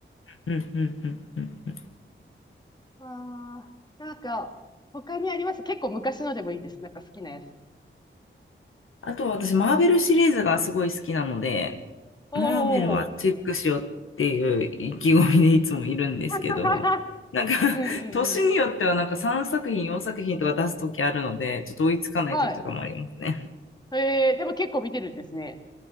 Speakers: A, on the left; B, on the left.
A: うんうんうんうん。
B: ああ、なんか、他にあります結構昔のでもいいです。なんか好きなやつ。
A: あと私、マーベルシリーズがすごい好きなので、
B: お
A: マーベルはチェックしようっていう意気込みでいつもいるんですけど、
B: お。<laughs>
A: なんか <laughs>
B: うんうんうん。
A: 年によってはなんか3作品、4作品とか出すときあるので、ちょっと追いつかないときとかもありますね。
B: はい。えー、でも結構見てるんですね。